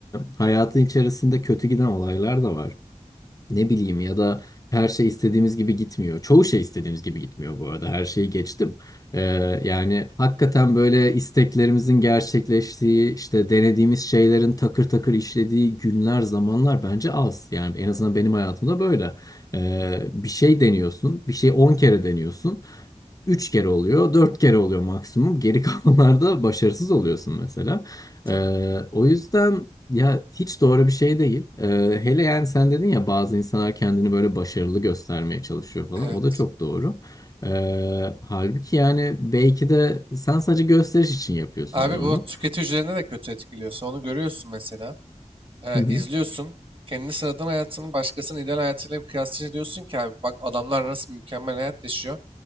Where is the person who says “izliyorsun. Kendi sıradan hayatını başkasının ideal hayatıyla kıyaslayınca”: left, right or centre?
Right